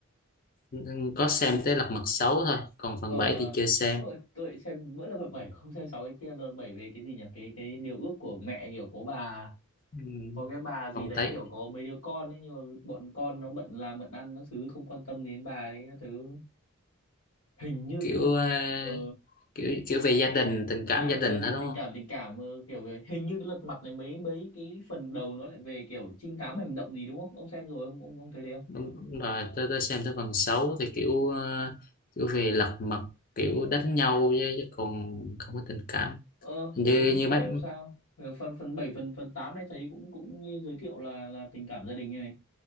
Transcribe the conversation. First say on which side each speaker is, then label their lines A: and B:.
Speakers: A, on the left (about 40°); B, on the left (about 75°).
A: ừ, có xem tới lật mặt xấu thôi còn phần
B: Ờ,
A: 7 thì chưa xem
B: tôi, tôi xem mỗi lần hợp bảy không xem sáu cái kia lần bảy về cái gì nhỉ cái cái điều ước của mẹ kiểu có bà
A: ừ,
B: có cái bà gì
A: không
B: đấy
A: thấy
B: kiểu có mấy đứa con ấy nhưng mà bọn con nó bận làm bận ăn nó thứ không quan tâm đến bà ấy các thứ hình như
A: kiểu
B: cái lật
A: à,
B: ờ,
A: kiểu kiểu về gia đình tình
B: ờ,
A: cảm gia đình
B: gia đình
A: hết đúng
B: tình cảm tình cảm ờ, kiểu vậy. hình như cái lật mặt này mấy mấy cái phần đầu nó lại về kiểu trinh thám hành động gì đúng không ông xem rồi ông ông, ông thấy thế không
A: đúng, rồi tôi, tôi xem tới phần 6 thì kiểu ờ, kiểu về lật mặt kiểu đánh nhau chứ, chứ còn không có tình cảm
B: ờ
A: Hình
B: sẽ
A: như
B: đến
A: như
B: chảy
A: mấy
B: hiểu sao Ờ, phần phần bảy phần phần 8 này thấy cũng cũng giới thiệu là là tình cảm gia đình này